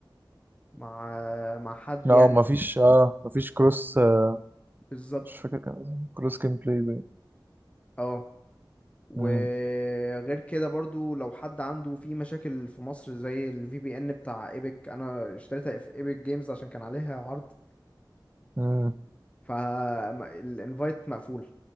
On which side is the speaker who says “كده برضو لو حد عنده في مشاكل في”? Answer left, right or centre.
Left